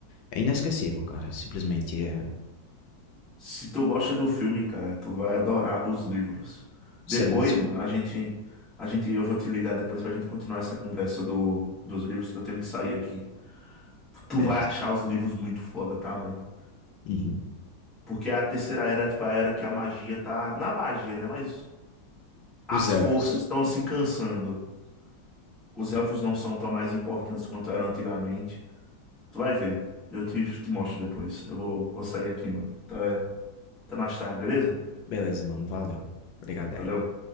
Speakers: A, on the left; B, in the centre.
A: é inesquecível, cara. Simplesmente é.
B: se tu gosta do filme, cara, tu vai adorar os livros.
A: Seria
B: Depois,
A: seu.
B: mano, a gente. A gente, eu vou te ligar depois pra gente continuar essa conversa do, dos livros, que eu tenho que sair aqui. Tu
A: Beleza.
B: vai achar os livros muito foda, tá, mano?
A: Uhum.
B: Porque a terceira era, é, tipo, a era que a magia tá. Na magia, né? Mas as
A: Os Elfos.
B: forças estão se cansando. Os elfos não são tão mais importantes quanto eram antigamente. Tu vai ver. Eu te, te mostro depois. Eu vou, vou sair aqui, mano. Então é, até mais tarde, beleza?
A: Beleza, mano. Valeu. Obrigado
B: Valeu.
A: aí.